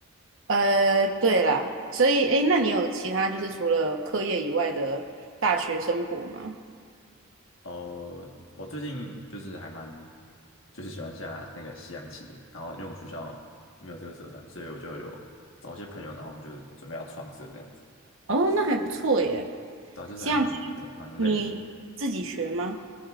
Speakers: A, on the right; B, on the left.
A: 呃，对啦，所以诶，那你有其他就是除了课业以外的大学生活吗？
B: 哦，我最近就是还蛮就是喜欢下那个西洋棋的，然后因为我们学校没有这个社团，所以我就有找一些朋友，然后我们就准备要创社这样子。
A: 哦，那还不错耶。
B: 对啊就是还蛮的蛮累的。
A: 西洋棋你自己学吗？